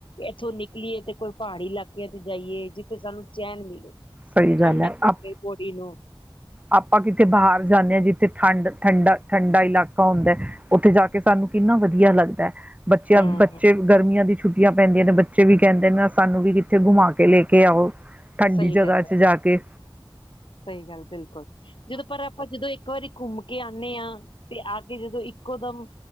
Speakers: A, on the left (about 65°); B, on the right (about 15°).
A: ਇੱਥੋਂ ਨਿਕਲੀਏ ਤੇ ਕੋਈ ਪਹਾੜੀ ਇਲਾਕਿਆਂ ਤੇ ਜਾਈਏ, ਜਿੱਥੇ ਸਾਨੂੰ ਚੈਨ ਮਿਲੇ।
B: ਸਹੀ ਗੱਲ
A: ਠੰਡਕ
B: ਹੈ
A: ਹੋ
B: ਆਪ
A: ਕੇ ਬੋਡੀ ਨੂੰ
B: ਆਪਾਂ ਕਿਤੇ ਬਾਹਰ ਜਾਂਦੇ, ਹਾਂ ਜਿੱਥੇ ਠੰਡ-ਠੰਡਾ-ਠੰਡਾ, ਇਲਾਕਾ ਹੁੰਦਾ ਉੱਥੇ ਜਾ ਕੇ ਸਾਨੂੰ ਕਿੰਨਾ ਵਧੀਆ ਲੱਗਦਾ ਹੈ। ਬੱਚਿਆਂ
A: ਹਾਂ
B: ਬੱਚੇ ਗਰਮੀਆਂ ਦੀ ਛੁੱਟੀਆਂ ਪੈਂਦੀਆਂ ਨੇ ਬੱਚੇ ਵੀ ਕਹਿੰਦੇ ਨੇ ਸਾਨੂੰ ਵੀ ਕਿੱਥੇ ਘੁੰਮਾ ਕੇ ਲੈ ਕੇ ਆਓ। ਠੰਢੀ
A: ਸਹੀ
B: ਜਗ੍ਹਾ
A: ਗੱਲ ਹੈ
B: ਚ ਜਾ ਕੇ,
A: ਸਹੀ ਗੱਲ ਬਿਲਕੁਲ ਜਦੋਂ ਪਰ ਆਪਾਂ ਜਦੋਂ ਇੱਕ ਵਾਰੀ ਘੁੰਮ ਕੇ ਆਨੇ ਆ ਤੇ ਆ ਕੇ ਜਦੋਂ ਇੱਕੋ ਦਮ,